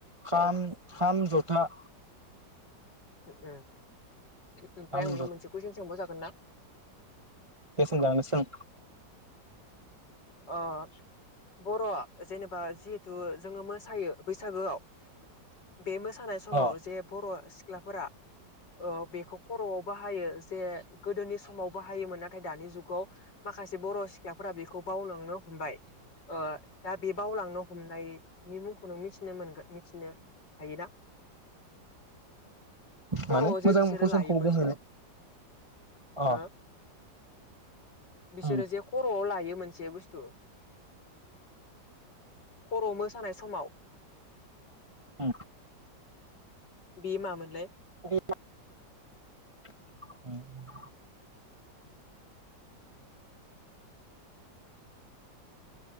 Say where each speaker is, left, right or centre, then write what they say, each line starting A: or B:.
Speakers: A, on the right; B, on the left.
A: खाम खाम जथा
B: उम ओमफ्राय
A: खाम
B: आं नोंनाव मोनसे कुइसन सोंबाव जागोन ना?
A: दे सोंजागोन सों
B: अ बर'आ जेनेबा जिहेथु जोङो मोसायो बैसागोआव बे मोसानाय समाव
A: अ
B: जे बर' सिख्लाफोरा ओ बेखौ खर'आव बाहायो जे गोदोनि समाव बाहायोमोन नाथाय दानि जुगाव माखासे बर' सिख्लाफोरा बेखौ बावलांनो हमबाय ओ दा बे बावलांनो हमनायनि मुंखौ नों मिथिनो मोनगोन मिथिनो हायोना? खर'आव
A: माने
B: जे
A: मोजां
B: बिसोरो
A: कुइसनखौ
B: लायोमोन
A: बुंहैनाय अ
B: हो बिसोरो
A: उम
B: जे खर'आव लायो मोनसे बुस्तु खर' मोसानाय समाव
A: उम
B: बि मामोनलाय?
A: बि <unintelligible>